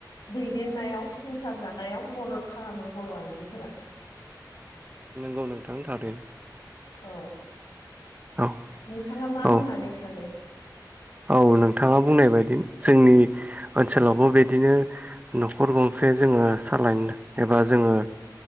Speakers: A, on the left (about 70°); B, on the right (about 20°).
A: दैदेन नायाव संसार जानायाव मदद खालामो बर' आइजोफोरा
B: <inaudible> <inaudible>
A: औ!
B: औ
A: नोंथाङा मा
B: औ
A: होननानै सानो?
B: औ नोंथाङा बुंनाय बायदि जोंनि ओनसोलावबो बिदिनो न'खर गंसे जोङो सालायनो एबा जोङो